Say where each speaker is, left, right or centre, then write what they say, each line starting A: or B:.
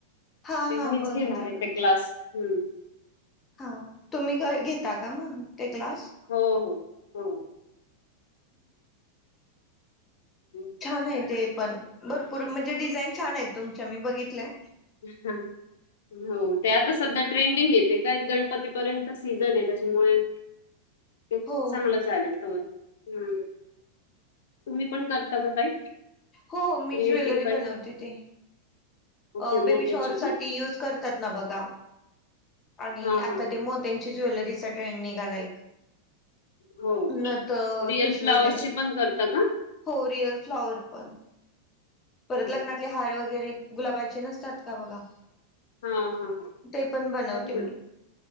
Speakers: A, on the left; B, on the left.
A: हा
B: ते
A: हा
B: मीच
A: बघितलं
B: घेणार आहे
A: बघितलं
B: ते क्लास, हम्म.
A: हा तुम्ही का घेता का मग ते क्लास?
B: हो हो हो. <inaudible>
A: छान आहे ते पण भरपूर म्हणजे डिझाईन छान आहेत तुमच्या मी बघितल्या.
B: हा. हो ते आता सध्या ट्रेंडिंग येते काय गणपतीपर्यंत सीझन आहे त्याच्यामुळे. खूपच
A: हो
B: चांगलं चालेल तोवर. ह, तुम्ही पण करतात काही?
A: हो मी
B: क्रिएटिव्ह
A: ज्वेलरी
B: काही
A: बनवते ते.
B: ओके
A: अ
B: मोत्याची
A: बेबी शॉअर साठी
B: का
A: यूज करतात ना बघा आणि
B: हा
A: आता
B: हा हा
A: ते मो त्यांची ज्वेलरीचा ट्रेंड आलय एक. <inaudible>
B: हो
A: न तर
B: रिअल
A: ठुशी
B: फ्लावर्सची
A: वगैरे.
B: पण करता का
A: हो रियल फ्लाॉवर पण. परत
B: अरे
A: लग्नातले
B: वा.
A: हार वगैरे गुलाबाचे नसतात का बघा.
B: हा हा हा,
A: ते पण बनवते
B: घरी ना.
A: मी